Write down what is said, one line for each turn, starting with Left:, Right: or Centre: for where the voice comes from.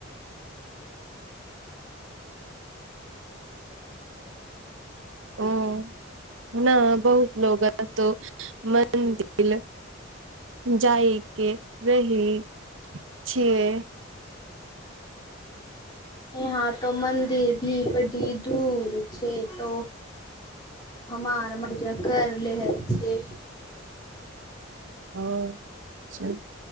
Right: ओ न बहुत लोग अतो मन्दिल जायके रही छिये
Left: यहाँ तो मन्दिर भी बड़ी दूर छै तो हमार मज कर लेहल छै
Right: औ अच्छह